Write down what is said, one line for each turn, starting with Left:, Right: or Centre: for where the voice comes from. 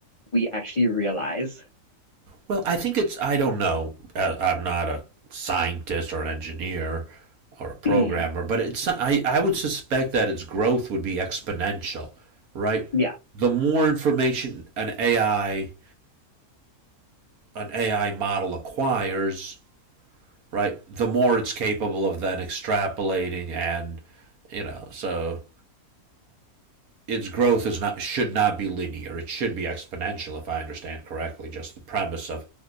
Left: we actually realize.
Right: Well, I think it's, I don't know. Uh, I'm not a scientist or an engineer or a programmer,
Left: Mm,
Right: but it's, I, I would suspect that its growth would be exponential, right?
Left: yeah,
Right: The more information an AI, an AI model acquires, right, the more it's capable of then extrapolating and, you know, so its growth is not should not be linear. It should be exponential, if I understand correctly, just the premise of